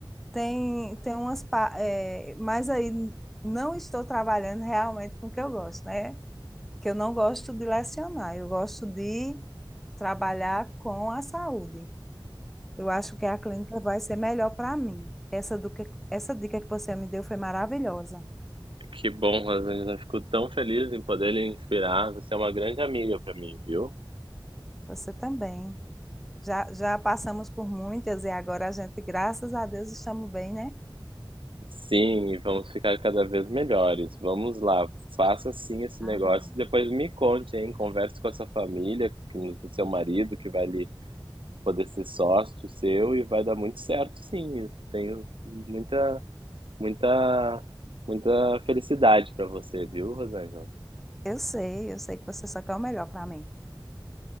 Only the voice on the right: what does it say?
Que bom, Rosângela. Fico tão feliz em poder lhe inspirar. Você é uma grande amiga para mim, viu?
Sim, e vamos ficar cada vez melhores. Vamos lá, faça sim esse
negócio. Depois me conte, hein? Converse com a sua família, com com o seu marido, que vai lhe poder ser sócio seu, e vai dar muito certo, sim. Isso. Tenho muita, muita, muita felicidade para você, viu, Rosângela?